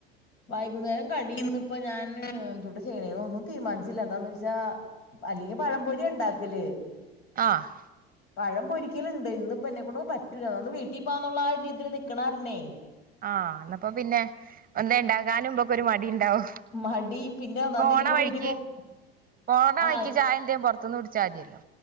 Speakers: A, on the left; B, on the right.
A: വൈകുന്നേരം കടി ഇന്ന് ഇപ്പ ഞാൻ എന്തൂട്ടാ ചെയ്യണേന്ന് ഒന്നും തീരുമാനിച്ചില്ല എന്താന്ന് വെച്ചാ അല്ലെങ്കി പഴംപൊരിയാ ഇണ്ടാക്കല്
B: ആഹ്
A: ഉ പഴം പൊരിക്കലിണ്ട് ഇന്നിപ്പ എന്നെക്കൊണ്ടങ്ങും പറ്റൂല അതുകൊണ്ട് ഇന്ന് വീട്ടി പോകന്നുള്ള ആ ഒരു രീതീല് നിക്കണകാരണേ
B: ആഹ് എന്നന്നപ്പോ പിന്നെ ഒന്ന് ഉണ്ടാകാനും മ്പൊക്കൊരു മടി ഉണ്ടാവും
A: മടി പിന്നെ ഒന്നാമത്
B: പോണ
A: ഇനിയിപ്പോ
B: വഴിക്ക്
A: വീട്ടിൽ പോകും
B: പോണ
A: ആ
B: വഴിക്ക് ചായ എന്തലും പുറത്ത് മത്തൊന്ന് വിടിച്ചാൽ മതിയല്ലോ